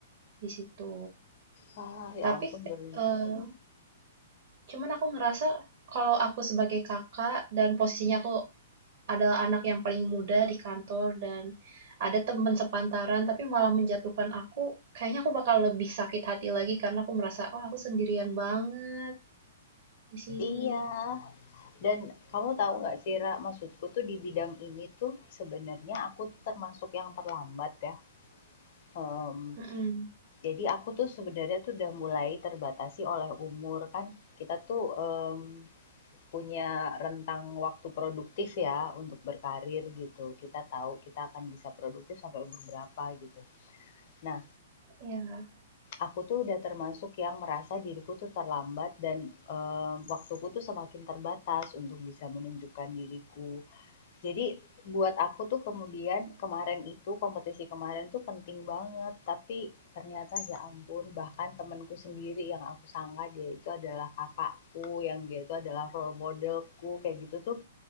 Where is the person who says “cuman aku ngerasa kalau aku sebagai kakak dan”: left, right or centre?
Right